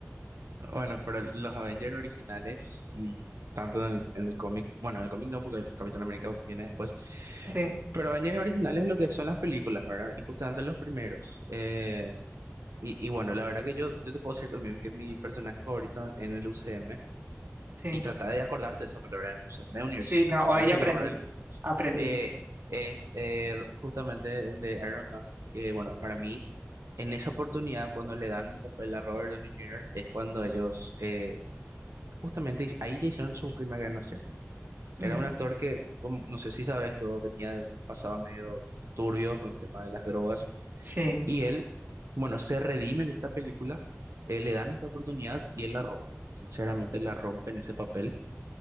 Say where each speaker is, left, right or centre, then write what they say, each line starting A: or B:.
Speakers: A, on the right; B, on the right.
A: Bueno, pero los Avengers originales y tanto en el, en el cómic, bueno, en el cómic no, porque el Capitán América viene después,
B: Sí,
A: pero Avengers originales lo que son las películas, ¿verdad? Y justamente los primeros. Eh, y, y bueno, la verdad que yo, yo te puedo decir también que mi personaje favorito en el UCM
B: sí,
A: y trata de acordarte de esa palabra, UCM, Universo
B: sí,
A: Cinematográfico
B: no, hoy aprendí,
A: de Marvel,
B: aprendí.
A: eh, es eh, justamente el de Iron Man, que bueno, para mí, en esa oportunidad, cuando le dan el papel a Robert Downey Jr., es cuando ellos, eh, justamente ahí ya hicieron su primer gran acierto. Era
B: Ujú,
A: un actor que, como- no sé si sabes, luego venía de un pasado medio turbio con el tema de las drogas,
B: Sí,
A: y él, bueno, se redime en esta película, eh, le dan esta oportunidad y él la rompe. Sinceramente, la rompe en ese papel.